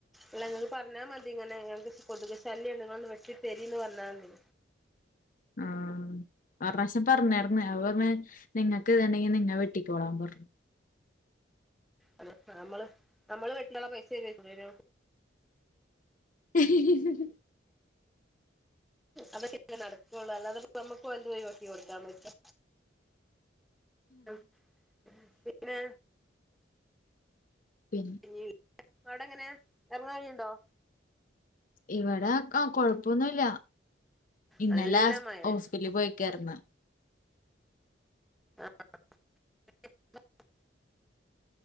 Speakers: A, in the centre; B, on the left (about 45°).
A: ല്ല ഇങ്ങക്ക് പർഞ്ഞാ മതി തിങ്ങനെ ഞങ്ങക്ക് കൊതുക് ശല്യണ്ട് ഇങ്ങളൊന്ന് വെട്ടി തരീന്ന് പർഞ്ഞാതി.
B: ആഹ്. ഒർറാശ്യം പറഞ്ഞാര്ന്ന് അപ്പ പർഞ്ഞ് നിങ്ങക്ക് വേണ്ടെങ്കി നിങ്ങ വെട്ടിക്കോളാൻ പർഞ്ഞ്.
A: അലോ നമ്മള് നമ്മള് വെട്ടിയാള്ള പൈസരേക്കൂ തരോ.
B: <unintelligible>
A: അതൊക്കെ നടക്കുള്ളൂ അല്ലാതെ നമ്മുക്ക് ഓൽത് പോയി ഒഴിവാക്കി കൊടുക്കാൻ പറ്റോ. അം പിന്നെ.
B: പിൻ.
A: ഞ്ഞിൽ അവ്ടെ എങ്ങനെ എർങ്ങാ കഴിയ്ണ്ടോ?
B: ഇവടെ ആഹ് കൊഴപ്പൊന്നുല്ല ഇന്നലെ
A: നല്ല
B: ഹസ്
A: മഴേ
B: ഹോസ്പിറ്റലിൽ പോയി. കെടന്ന്
A: <inaudible>